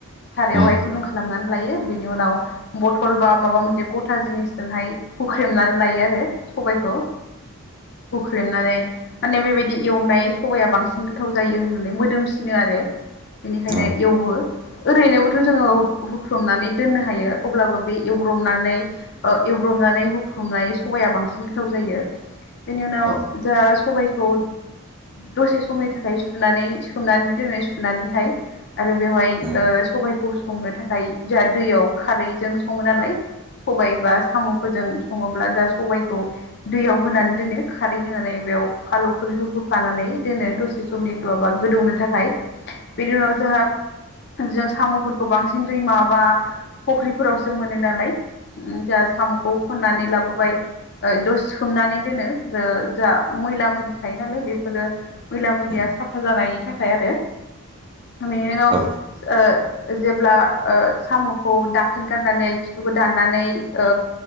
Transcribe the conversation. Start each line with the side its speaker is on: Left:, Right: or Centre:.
Left: सारायावहाय
Right: उम
Left: गुदुं खालामनानै, लायो बेनि उनाव बथल बा माबा मोनसे गथा जिनिसजोंहाय हुख्रेमनानै लायो आरो सबायखौ हुख्रेमनानै माने बेबायदि एवनाय सबाया बांसिन, गोथाव जायो होननानै मोदोमसिनो आरो बेनिखायनो
Right: औ
Left: एवो, ओरैनोबोथ' जोङो हुख्रमनानै दोननो हायो अब्लाबो बे एवब्रबनानै ओ हुब्रबनानै हुख्रुबनाय सबाया बांसिन गोथाव जायो बेनि उनाव
Right: औ
Left: जा सबायखौ दसे समनि थाखाय ओमफ्राय सुनानै सोमनानै दोनो सुनानैहाय आरो बेवहाय
Right: उम
Left: सबायखौ, संनो थाखाय जों दैयाव खारैजों सङो नालाय, सबाय बा साम'फोरजों सङोब्ला जा सबायखौ दैयाव होनानै दोनो खारै होनानै, बेयाव फालुफोरखौ होफानानै दोनो दसे, <unintelligible> गोदौनो थाखाय बेनि उनाव जोंहा, जों साम'फोरखौ बांसिन दैमा बा फख्रिफोरावसो मोनो नालाय, जोंहा साम'खौ खननानै लाबोबाय, ओइ सोमनानै दोनो जा मैला मैलि थायो नालाय बेफोरो मैला मैलि लिया
Right: उम
Left: साफा जानायनि थाखाय आरो बेनि उनाव ओ
Right: औ
Left: जेब्ला ओ साम'खौ दाखोन गारनानै खिथुखौ दाननानै औ